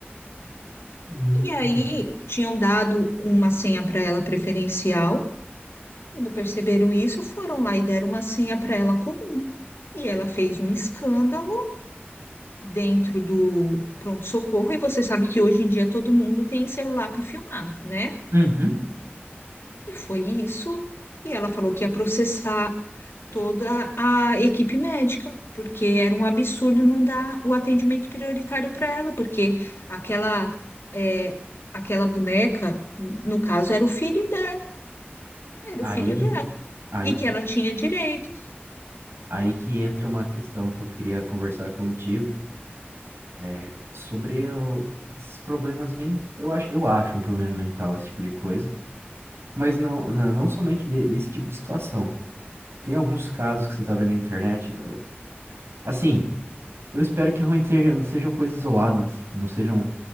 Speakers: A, on the right; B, on the left.
A: Hum.
B: E aí tinham dado uma senha para ela preferencial. Quando perceberam isso, foram lá e deram uma senha para ela comum. E ela fez um escândalo dentro do pronto-socorro. E você sabe que hoje em dia todo mundo tem celular para filmar, né?
A: Uhum.
B: E foi isso. E ela falou que ia processar toda a equipe médica, porque era um absurdo não dar o atendimento prioritário para ela, porque aquela, é, aquela boneca, no caso, era o filho dela Era
A: Aí,
B: o filho dela.
A: aí,
B: E que ela tinha direitos.
A: aí que entra uma questão que eu queria conversar contigo, é, sobre o- os problemas men... eu acho, eu acho um problema mental esse tipo de coisa, mas não, não, não somente de- desse tipo de situação. Tem alguns casos que você tá vendo na internet, eu- assim, eu espero que realmente sejam, sejam coisas isoladas, não sejam